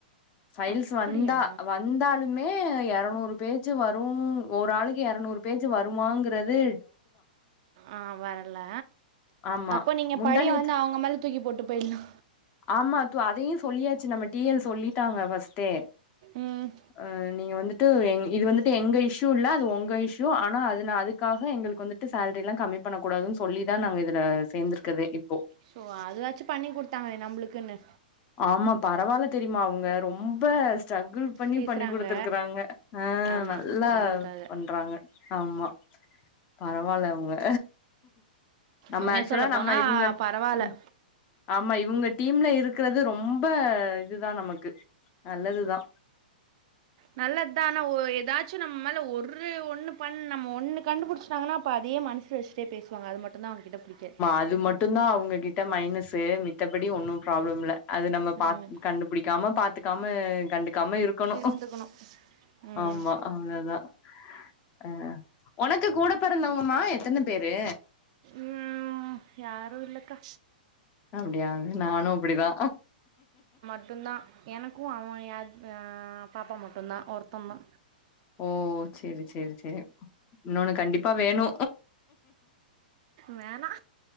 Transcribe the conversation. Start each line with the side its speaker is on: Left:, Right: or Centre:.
Left: ஃபைல்ஸ்
Right: அப்படியா
Left: வந்தா வந்தாலும் மே எரநூறு பேஜு வரு ஒரு ஆளுக்கு எரநூறு பேஜு வருமாங்கிறது
Right: ஆ வரல
Left: ஆமா
Right: அப்போ நீங்க
Left: முந்தா
Right: பழிய
Left: நேத்து
Right: வந்து அவங்க மேல தூக்கிப்போட்டு பேய்ட்லா
Left: ஆமா துஅதையு சொல்லியாச்சு நம்ம டிஎல் சொல்லிட்டாங்க ஃபஸ்ட்டே
Right: ம்
Left: அ நீங்க வந்துட் ட்டு இது வந்துட்டு எங்க இஸ்யூ இல்ல அது உங்க இஷூ ஆனா அதுக்காக எங்களுக்கு வந்துட் சேல்ரி எல்லா கம்மி பண்ண கூடாதுன்னு சொல்லிதா நாங்க இதுல சேந்துருக்கதே இப்போ
Right: சோ அதாச்சு பண்ணிக் கொடுத்தாங்களே நம்மளுக்குன்னு
Left: ஆமா பரவால தெரியுமா அவுங்க ரொம்ப ஸ்ட்ரகுள் பண்ணி
Right: பேசுகிறாங்க
Left: பண்ணி கொடுத்துருக்கறாங்க ஆ
Right: ஆமாம்
Left: நல்லா
Right: நம்மளுக்காக
Left: பண்றாங்க ஆமா பரவால அவுங்க நம்ம
Right: உண்மையாக
Left: ஆக்சுவலா
Right: சொல்ல
Left: நம்ம
Right: போனால்
Left: இவுங்க
Right: பரவாயில்ல
Left: ம் ஆமா இவுங்க டீம்ல இருக்கிறது ரொம்ப இதுதா நமக்கு நல்லதுதா
Right: நல்லது தா ஆனா ஏதாச்சு நம்ம மேல ஒரு ஒண்ணு பண் நம்ம ஒண்ணு கண்டுபுடிச்சுடாங்கன்னா அப்ப அதே மனசுவச் டே பேசுவாங்க அது மட்டு தா அவங்க கிட்ட புடிக்காது
Left: அது மட்டுந் தா அவங்ககிட்ட மைனஸு மித்தபடி ஒன்னு பராப்ளம் இல்ல அது நம்ம பாத்
Right: ம்
Left: கண்டுபுடிக் கம பாத்துக்காம கண்டுக்காம இருக்கணு
Right: இருந்துக்கணும் ம்
Left: ஆமா அவ்ளதா அ ஒனக்கு கூட பொறந்தவங்கமா எத்தன பேரு
Right: ம் யாருஇல்லக்கா
Left: அப்டியா நானு அப்டிதா
Right: மட்டுந்தா எனக்கு அவ்வ ய பாப்பா மட்டுந்தா ஒருத்தந் தா
Left: ஓ செரி செரி செரி இன்னொனு கண்டிப்பா வேணு
Right: வேனா